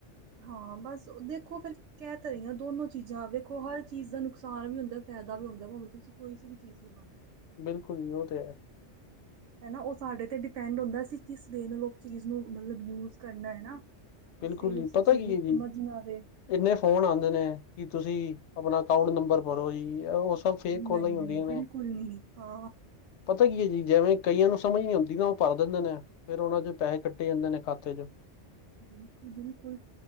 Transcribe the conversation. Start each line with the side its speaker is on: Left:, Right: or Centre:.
Right: ਹਾਂ ਬਸ ਦੇਖੋ ਫੇਰ ਕਹਿ ਤ ਰਹੀਆਂ ਦੋਨੋ ਚੀਜ਼ਾਂ ਵੇਖੋ ਹਰ ਚੀਜ਼ ਦਾ ਨੁਕਸਾਨ ਵੀ ਹੁੰਦਾ ਫੈਦਾ ਵੀ ਹੁੰਦਾ ਭਾਵੇਂ ਤੁਸੀਂ ਕੋਈ ਵੀ ਚੀਜ਼ ਲਗਾ ਲੋ <unintelligible>
Left: ਬਿਲਕੁਲ ਜੀ ਉਹ ਤੇ ਹੈ
Right: ਹਨਾ ਉਹ ਸਾਡੇ ਤੇ ਡਿਪੈਂਡ ਹੁੰਦਾ, ਕਿਸ ਵੇ ਨਾਲੋਂ ਚੀਜ਼ ਨੂੰ ਮਤਲਬ ਯੂਜ ਕਰਨਾ ਐ ਨਾ ਕਿਸੇ
Left: ਬਿਲਕੁਲ
Right: ਨੂੰ
Left: ਜੀ
Right: ਉਸ
Left: ਪਤਾ
Right: ਚੀਜ਼
Left: ਕੀ
Right: ਨੂੰ
Left: ਹੈ ਜੀ
Right: ਸਮਝ ਨਾ ਆਵੇ
Left: ਇੰਨੇ ਫੋਨ ਆਉਂਦੇ ਨੇ ਕਿ ਤੁਸੀਂ ਆਪਣਾ ਅਕਾਊਂਟ ਨੰਬਰ ਭਰੋ ਜੀ ਉਹ ਸਭ ਫੇਕ ਕੋਲਾਂ
Right: ਨਹੀਂ ਨਹੀਂ
Left: ਹੀ ਹੁੰਦੀਆਂ ਨੇ
Right: ਬਿਲਕੁਲ ਨੀ ਹਾਂ
Left: ਪਤਾ ਕੀ ਐ ਜੀ ਜੈਵੇਂ ਕਈਆਂ ਨੂੰ ਸਮਝ ਨੀ ਔਂਦੀ ਨਾ ਓ ਭਰ ਦਿੰਦੇ ਨੇ ਫੇਰ ਓਨਾਂ ਚ ਪੈਹੇ ਕੱਟੇ ਜਾਂਦੇ ਨੇ ਖਾਤੇ ਚ
Right: ਬਿਲਕੁੱਲ ਬਿਲਕੁੱਲ